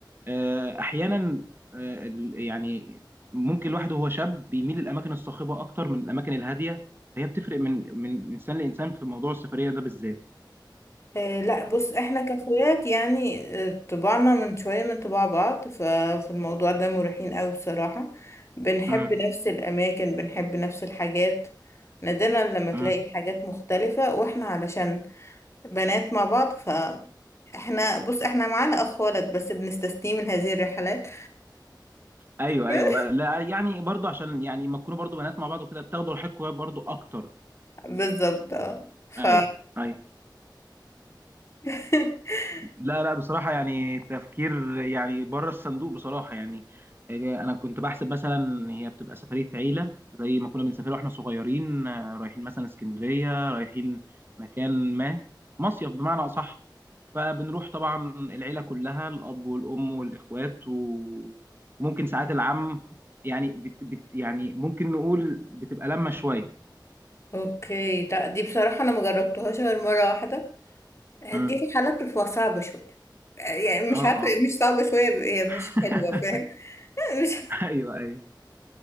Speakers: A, on the right; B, on the left.
A: آه، احيانا آه، ال- يعني ممكن الواحد وهو شاب بيميل الاماكن الصاخبه اكتر من الاماكن الهاديه هي بتفرق من من انسان لانسان في موضوع السفريه ده بالذات
B: آه، لا بص احنا كاخوات يعني آه، طباعنا من شوية من طباع بعض ففي الموضوع ده مريحين قوي بصراحة بنحب
A: امم
B: نفس الأماكن بنحب نفس الحاجات نادرا لما تلاقي
A: امم
B: حاجات مختلفة واحنا علشان بنات مع بعض فاحنا بص احنا معانا أخ ولد بس بنستثنيه من هذه الرحلات
A: ايوه
B: <laughs>
A: ايوه لا يعني برضو عشان يعني ما تكونوا برضو بنات مع بعض وكده بتاخدوا راحتكم برضو اكتر
B: بالظبط اه ف
A: ايوه ايوه
B: <laughs>
A: لا لا بصراحة يعني تفكير يعني بره الصندوق بصراحة يعني آه، أنا كنت بحسب مثلا هي بتبقى سفرية عيلة زي ما كنا بنسافر واحنا صغيرين آه، رايحين مثلا اسكندرية رايحين مكان ما مصيف بمعنى أصح فبنروح طبعا العيلة كلها الأب والأم والإخوات و... وممكن ساعات العم يعني بت... بت... يعني ممكن نقول بتبقى لمة شوية
B: اوكي لا دي بصراحة انا مجربتهاش غير مرة واحدة دي
A: مم.
B: في حالات بتبقى صعبة شوية يعني مش
A: اه
B: عارفة
A: اه
B: مش صعبة شوية هي مش
A: <laughs>
B: حلوة فاهم <laughs> مش
A: ايوه ايوه